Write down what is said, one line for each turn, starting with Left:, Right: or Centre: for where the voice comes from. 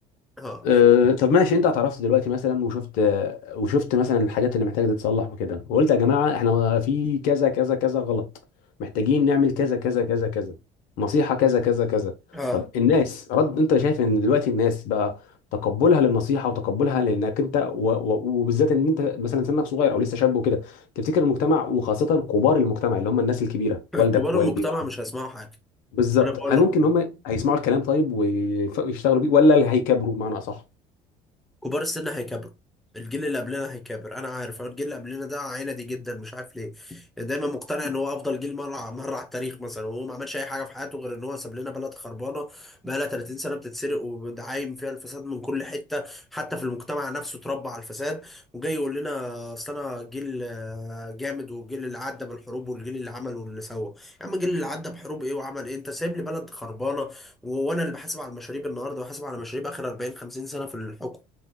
Centre: اه
Left: أه طب ماشي انت اعترفت دلوقتي مثلا وشفت آه، وشفت مثلا الحاجات اللي محتاجه تتصلح وكده وقلت يا جماعه احنا في كذا كذا كذا غلط محتاجين نعمل كذا كذا كذا كذا نصيحه كذا كذا كذا
Centre: اه
Left: طب الناس رد انت شايف ان دلوقتي الناس بقى تقبلها للنصيحه وتقبلها لانك انت و... و... وبالذات ان انت مثلا سنك صغير او لسه شاب وكده تفتكر المجتمع وخاصه كبار المجتمع اللي هم الناس الكبيره
Centre: <clears throat> <laughs>
Left: والدك
Centre: كبار
Left: ووالدي
Centre: المجتمع
Left: وعم
Centre: مش هيسمعوا حاجه
Left: بالظبط
Centre: انا بقول
Left: هل
Centre: لك
Left: ممكن ان هم هيسمعوا الكلام طيب ويف- ويشتغلوا بيه ولا اللي هيكبروا بمعنى اصح
Centre: كبار السن هيكبروا الجيل اللي قبلنا هيكبر انا عارف أنا الجيل اللي قبلنا ده عينه دي جدا مش عارف ليه يعني دايما مقتنع ان هو افضل جيل مره ع- مره على التاريخ مثلا وهو ما عملش اي حاجه في حياته غير ان هو ساب لنا بلد خربانه بقى لها 30 سنه بتتسرق وعايم فيها الفساد من كل حته حتى في المجتمع نفسه اتربى على الفساد وجاي يقول لنا اصل انا جيل آه، جامد والجيل اللي عدى بالحروب والجيل اللي عمل واللي سوى يا عم الجيل اللي عدى بحروب ايه وعمل ايه انت سايب لي بلد خربانه و- وانا اللي بحاسب على المشاريب النهارده وحاسب على مشاريب اخر 40 50 سنه في الحكم